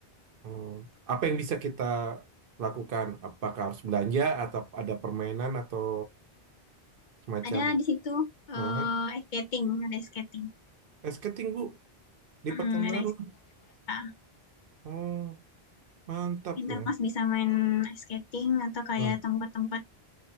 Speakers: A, on the right; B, on the left.
A: Hmm. Apa yang bisa kita lakukan? Apakah harus belanja atau ada permainan atau semacam?
B: ada di situ
A: Nah,
B: eh ice skating ada ice skating
A: eh, skating, Bu, di
B: Mm,
A: Pekanbaru.
B: ada ice skating di Malta.
A: Oh, mantap
B: Intermas
A: ya.
B: bisa main ice skating atau kayak
A: Nah,
B: tempat-tempat